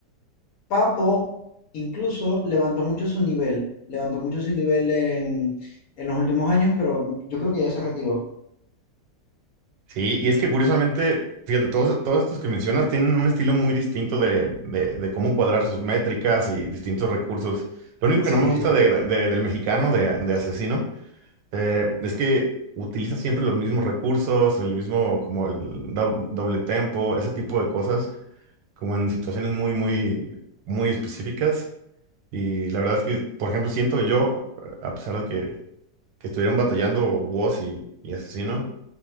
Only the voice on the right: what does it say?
Sí, y es que curiosamente, fíjate, todos, todos estos que mencionas tienen un estilo muy distinto de, de- de cómo cuadrar sus métricas y distintos recursos. Lo único
que no me gusta
de- de- de- del mexicano, de, de Asesino, eh, es que utiliza siempre los mismos recursos, el mismo, como el do- doble tempo, ese tipo de cosas, como en situaciones muy, muy, muy específicas. Y la verdad es que, por ejemplo, siento que yo, a pesar de que, que estuvieron batallando Woz y, y Asesino,